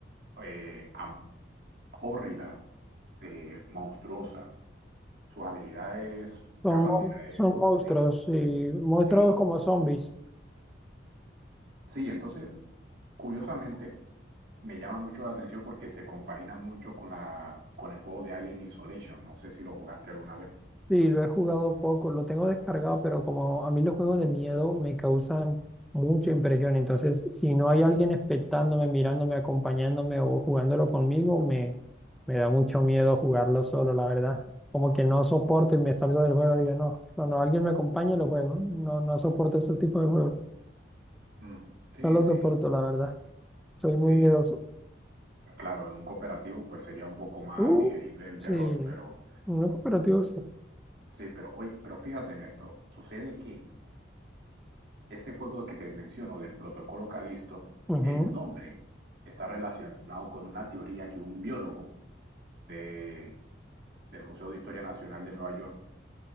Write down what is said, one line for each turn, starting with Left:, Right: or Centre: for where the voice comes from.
Right: eh, am- hórrida, eh, monstruosa. Sus habilidades,
Centre: Son,
Right: capacidades,
Centre: mon- son monstruos,
Right: sí,
Centre: y monstruos
Right: sí,
Centre: como zombies.
Right: sí. Entonces, curiosamente, me llama mucho la atención porque se compagina mucho con la, con el juego de Alien Isolation. No sé si lo jugaste alguna vez.
Centre: Sí, lo he jugado poco, lo tengo descargado, pero como a mí los juegos de miedo me causan mucha impresión, entonces si no hay alguien expectándome, mirándome, acompañándome o jugándolo conmigo, me, me da mucho miedo jugarlo solo, la verdad. Como que no soporto y me salgo del juego, digo, no, cuando alguien me acompañe lo juego, no, no soporto ese tipo de juegos,
Right: Mm, Sí,
Centre: no lo
Right: sí,
Centre: soporto, la verdad. Soy
Right: sí.
Centre: muy miedoso.
Right: Claro, en un cooperativo, pues sería un poco más
Centre: Uh,
Right: digerible el
Centre: sí,
Right: terror, pero
Centre: una cooperativa, sí.
Right: Sí, pero oye, pero fíjate en esto. Sucede que ese juego que te menciono del protocolo Calisto,
Centre: Ujú,
Right: el nombre está relacionado con una teoría que un biólogo de, del Museo de Historia Nacional de Nueva York